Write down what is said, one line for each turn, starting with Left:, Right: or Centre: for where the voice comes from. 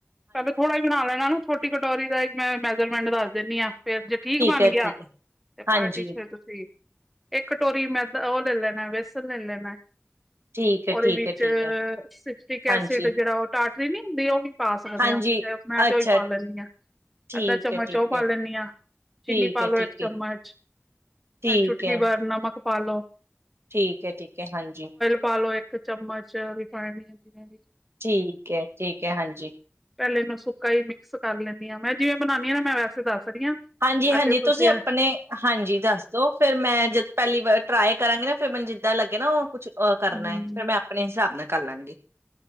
Centre: ਪਹਿਲੇ ਥੋੜ੍ਹਾ ਹੀ ਬਣਾ ਲੈਣਾ ਨਾ ਛੋਟੀ ਕਟੋਰੀ ਦਾ ਮੈਂ ਮੈਜਰਮੈਂਟ ਦੱਸ ਧਨੀਆ ਫੇਰ ਜੇ ਠੀਕ ਬਣ
Right: ਹੈ
Centre: ਗਿਆ
Right: ਠੀਕ ਹੈ
Centre: ਤੇ
Right: ਹਾਂਜੀ
Centre: ਪਾਰਟੀ ਚ ਫਿਰ ਤੁਸੀਂ ਇੱਕ ਕਟੋਰੀ ਮੈਂ ਉਹ ਲੈ ਲੈਣਾ ਵੇਸਨ ਲੈ ਲੈਣਾ
Right: ਠੀਕ ਹੈ
Centre: ਉਹ ਦੇ
Right: ਠੀਕ
Centre: ਵਿੱਚ
Right: ਹੈ ਠੀਕ ਹੈ
Centre: ਸੀਟ੍ਰਿਕ
Right: ਹਾਂਜੀ
Centre: ਐਸਿਡ ਜਿਹੜਾ ਉਹ ਟਾਟਰੀ ਨੀ ਹੁੰਦੀ ਉਹ ਵੀ ਪਾ ਸਕਦੇ
Right: ਹਾਂਜੀ
Centre: ਹਾਂ ਅਸੀਂ ਮੈਂ
Right: ਅੱਛਾ
Centre: ਤੇ ਉਹੀ ਪਾ ਲੈਂਦੀ ਹਾਂ
Right: ਠੀਕ
Centre: ਅੱਧਾ ਚਮਚ
Right: ਹੈ ਠੀਕ
Centre: ਉਹ ਪਾ
Right: ਹੈ
Centre: ਲੈਂਦੀ ਹਾਂ ਚੀਨੀ
Right: ਠੀਕ
Centre: ਪਾਲੋ
Right: ਹੈ ਠੀਕ
Centre: ਇੱਕ ਚਮਚ
Right: ਹੈ
Centre: ਚੁਟਕੀ ਭਰ ਨਮਕ ਪਾ ਲੋ
Right: ਠੀਕ ਹੈ ਠੀਕ ਹੈ ਹਾਂਜੀ ।
Centre: ਪਾ ਲੋ ਇੱਕ ਚਮਚ ਵੀ ਖਾਣੀ ਆ ਜਿਨੇ ਵੀ
Right: ਠੀਕ ਹੈ ਠੀਕ ਹੈ ਹਾਂਜੀ ।
Centre: ਪਹਿਲੇ ਇਹਨੂੰ ਸੁੱਕਾ ਹੀ ਮਿਕਸ ਕਰ ਲੈਂਦੀ ਹਾਂ ਮੈਂ ਜਿਵੇਂ ਬਣਾਉਦੀ ਹਾਂ ਨਾ ਮੈਂ ਵੈਸੇ ਦੱਸ ਰਹੀ ਹਾਂ
Right: ਹਾਂਜੀ ਹਾਂਜੀ
Centre: ਅੱਗੇ
Right: ਤੁਸੀਂ ਆਪਣੇ
Centre: ਹਾਂ
Right: ਹਾਂਜੀ ਦੱਸਦੋ ਫੇਰ ਮੈਂ ਜਦ ਪਹਿਲੀ ਵਾਰ ਟਰਾਈ ਕਰਾਂਗੇ ਨਾ ਫੇਰ ਮੈਨੂੰ ਜਿੱਦਾਂ ਲੱਗਿਆ ਨਾ ਉਹ ਕੁਛ ਉਹ ਕਰਨਾ
Centre: ਹਮ
Right: ਫਿਰ ਮੈਂ ਆਪਣੇ ਹਿਸਾਬ ਨਾਲ ਕਰ ਲਾਂਗੇ